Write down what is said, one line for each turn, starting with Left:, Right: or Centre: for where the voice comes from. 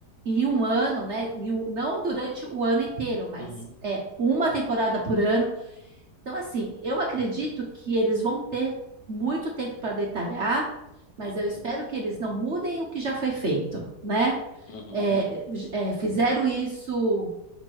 Right: em um ano, né? em um- não durante o ano inteiro, mas
Left: uhum,
Right: é uma temporada por ano. Então, assim, eu acredito que eles vão ter muito tempo para detalhar, mas
Left: uhum,
Right: eu espero que eles não mudem o que já foi feito, né?
Left: uhum.
Right: É, é, fizeram isso,